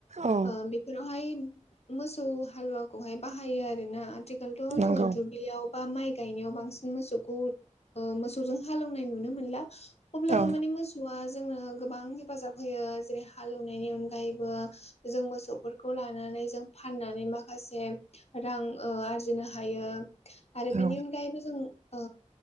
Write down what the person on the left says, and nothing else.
ओ बि फोरावहाय मोसौ हालुवाखौहाय बाहायो आरोना आथिखालथ'
जोङो दुब्लियाव ओ माइ गायनायाव बांसिन मोसौखौ ओ मोसौजों हालेवनाय नुनो मोनला अब्लाबो
माने मोसौआ जोंनो गोबां हेफाजाब होयो जेरै हाल एवनायनि अनगायैबो जों मोसौफोरखौ लानानै जों फाननानै माखासे रां ओ आरजिनो हायो आरो
बेनि अनगायैबो जों ओ